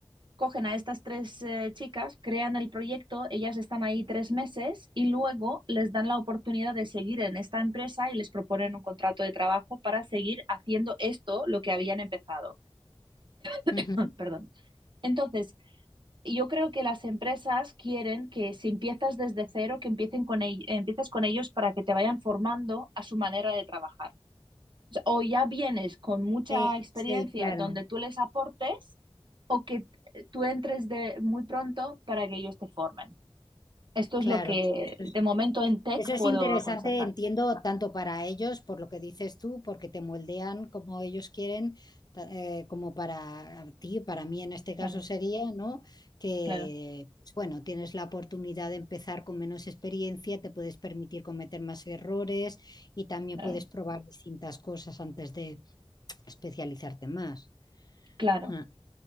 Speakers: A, on the right; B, on the left.
A: cogen a estas tres eh, chicas, crean el proyecto, ellas están ahí tres meses y luego les dan la oportunidad de seguir en esta empresa y les proponen un contrato de trabajo para seguir haciendo esto, lo que habían empezado. <laughs>
B: ujú.
A: Perdón. Entonces, yo creo que las empresas quieren que si empiezas desde cero, que empiecen con, e- empiezas con ellos para que te vayan formando a su manera de trabajar o ya vienes con mucha
B: Sí,
A: experiencia
B: sí, claro,
A: donde tú les aportes o que eh, tú entres de muy pronto para que ellos te formen. Esto
B: claro,
A: es lo que
B: sí, eso es.
A: de momento en tech
B: Eso es
A: puedo
B: interesante,
A: aconsejar.
B: entiendo, tanto para ellos, por lo que dices tú, porque te moldean como ellos quieren, ta- eh, como para ti, para mí en este caso
A: Claro,
B: sería, ¿no? Que,
A: claro,
B: pues, bueno, tienes la oportunidad de empezar con menos experiencia, te puedes permitir cometer más errores y también
A: claro,
B: puedes probar distintas cosas antes de especializarte más.
A: claro.
B: Ajá.